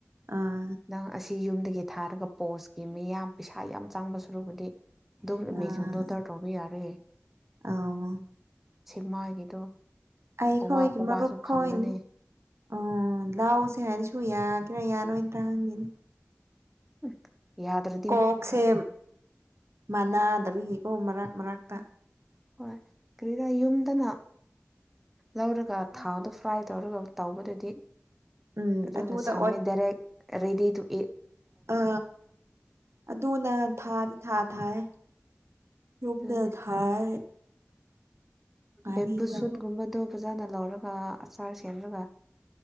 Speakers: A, on the right (about 65°); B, in the centre.
A: ꯑꯥ
B: ꯅꯪ ꯑꯁꯤ ꯌꯨꯝꯗꯒꯤ ꯊꯥꯔꯒ ꯄꯣꯁꯀꯤ ꯃꯤ ꯌꯥꯝ ꯄꯩꯁꯥ ꯌꯥꯝ ꯆꯪꯕ ꯁꯔꯨꯛꯕꯨꯗꯤ ꯗꯨꯝ ꯑꯦꯃꯦꯖꯣꯟꯗ
A: ꯑꯥ
B: ꯑꯣꯗꯔ ꯇꯧꯕ ꯌꯥꯔꯦ
A: ꯑꯧ
B: ꯁꯦꯛꯃꯥꯏꯒꯤꯗꯣ
A: ꯑꯩ
B: ꯄꯋꯥ
A: ꯈꯣꯏꯒꯤ
B: ꯄꯋꯥꯁꯨ
A: ꯃꯔꯨꯞ ꯀꯣꯏ
B: ꯐꯪꯕꯅꯦ
A: ꯑꯣ ꯂꯥꯎꯁꯦ ꯍꯥꯏꯔꯁꯨ ꯌꯥꯒꯦꯔꯥ ꯌꯥꯔꯣꯏꯗ꯭ꯔꯥ ꯈꯪꯗꯦꯗ
B: ꯎꯝ ꯌꯥꯗ꯭ꯔꯦ
A: ꯀꯣꯛꯁꯦ ꯃꯅꯥꯗꯕꯒꯤꯀꯣ ꯃꯔꯛ ꯃꯔꯛꯇ
B: ꯍꯣꯏ ꯀꯔꯤꯔ ꯌꯨꯝꯗꯅ ꯂꯧꯔꯒ ꯊꯥꯎꯗ ꯐ꯭ꯔꯥꯏ ꯇꯧꯔꯒ ꯇꯧꯕꯗꯗꯤ
A: ꯎꯝ
B: ꯑꯗꯨꯅ
A: ꯑꯗꯨꯗ
B: ꯁꯝꯃꯦ ꯗꯥꯔꯦꯛ ꯔꯦꯗꯤꯇꯨ ꯏꯠ
A: ꯑ ꯑꯗꯨꯅ ꯊꯥ ꯊꯥ ꯊꯥꯏ ꯌꯨꯝꯗ
B: ꯑꯗꯨꯅꯤ
A: ꯊꯥꯏ ꯉꯥꯔꯤꯗꯣ
B: ꯕꯦꯝꯕꯨ ꯁꯨꯠꯒꯨꯝꯕꯗꯣ ꯐꯖꯅ ꯂꯧꯔꯒ ꯑꯆꯥꯔ ꯁꯦꯝꯂꯒ